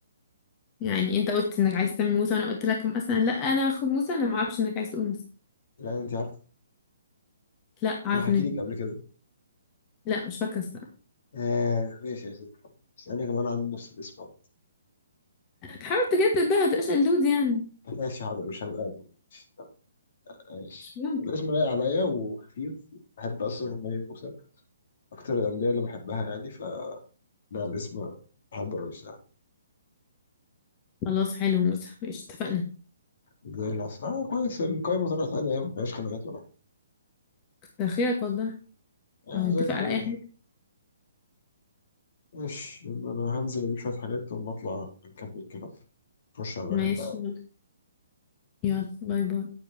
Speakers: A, on the left (about 25°); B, on the left (about 55°).
A: يعني انت قلت انك عايز تعمل موسى وانا قلت لك مثلا لا انا هاخد موسى انا ما اعرفش انك عايز تقول موسى
B: لأن أنت عارف
A: لا عارفني
B: أنا حكي لك قبل كده
A: لا مش فاكره الصراحه
B: آه ماشي يا ست اسألني كمان عندي نفس الاسم عامة.
A: حاول تجدد ده هتبقاش قلود يعني
B: ماشي حاضر مش هبقى طب ماشي
A: مش ممكن
B: الاسم لايق عليا وخفيف بحب أصلا إن هي موسى أكتر الأنبياء اللي بحبها يعني ف لا الاسم حبة أوي الصراحة
A: خلاص حلو موسى ماشي اتفقنا
B: زي العسل آه كويس القايمة طلعت عادي يعني مفيهاش خناقات ولا حاجة
A: كتر خيرك والله
B: آه
A: ما
B: زي
A: نتفق
B: الفل
A: على اي
B: يعني
A: حاجه
B: ماشي يبقى أنا هنزل أجيب شوية حاجات وأما أطلع نكمل كده نخش على الغنم
A: ماشي
B: بقى
A: يلا يلا، باي باي